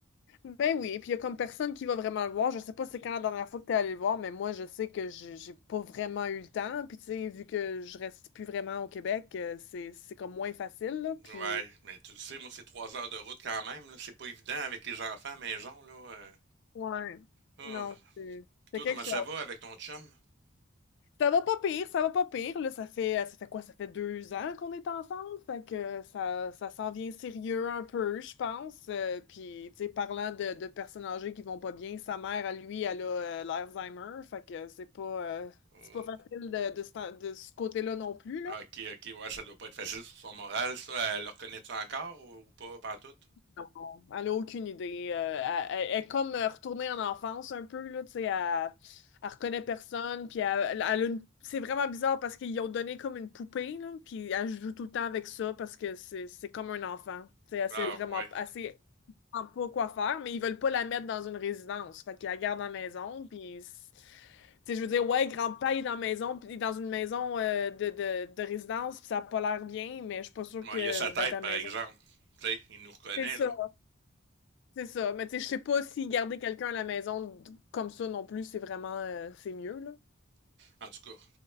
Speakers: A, on the left; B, on the right.
A: Ben oui, et puis il y a comme personne qui va vraiment le voir. Je sais pas c'est quand la dernière fois que t'es allé le voir, mais moi, je sais que j'ai j'ai pas vraiment eu le temps. Puis tu sais, vu que je reste plus vraiment au Québec, euh, c'est c'est comme moins facile, là. Puis...
B: Ouais, mais tu le sais, moi, c'est trois heures de route quand même, là. C'est pas évident avec les enfants à maison, là. euh.
A: Ouais.
B: Ah.
A: Non, c'est
B: Puis
A: c'est
B: toi,
A: quelque
B: comment
A: chose.
B: ça va avec ton chum?
A: Ça va pas pire, ça va pas pire. Là, ça fait, ça fait quoi? Ça fait deux ans qu'on est ensemble. Fait que ça, ça s'en vient sérieux un peu, je pense. Euh, puis, tu sais, parlant de, de personnes âgées qui vont pas bien, sa mère, à lui, elle a euh, l'Alzheimer. Fait que c'est pas, euh,
B: Oh.
A: c'est pas facile de, de ce, temps- de ce côté-là non plus,
B: Ah, Ok, ok, ouais, ça doit pas être facile sur son moral, ça. Elle le reconnaît-tu encore ou ou pas, pantoute?
A: Non, elle n'a aucune idée. Euh, elle, elle- elle est comme euh, retournée en enfance un peu, là, tu sais, elle, elle reconnaît personne, puis elle, elle a une- c'est vraiment bizarre parce qu'ils ont donné comme une poupée, là, puis elle joue tout le temps avec ça parce que c'est c'est comme un enfant. Tu sais, elle
B: Ah,
A: sait vraiment
B: ouais.
A: elle sait vraiment pas quoi faire, mais ils veulent pas la mettre dans une résidence. Fait qu'ils la gardent à la maison, puis... c'est- Tu sais, je veux dire, ouais, grand-père il est dans la maison, puis il est dans une maison euh, de, de, de résidence, puis ça a pas l'air bien, mais je suis pas sûre
B: Moi,
A: que
B: il a sa tête,
A: d'être à la
B: par
A: maison.
B: exemple. Tu sais, il nous reconnaît,
A: C'est ça.
B: là.
A: C'est ça. Mais tu sais, je sais pas si garder quelqu'un à la maison comme ça non plus, c'est vraiment, euh, c'est mieux, là.
B: En tout cas,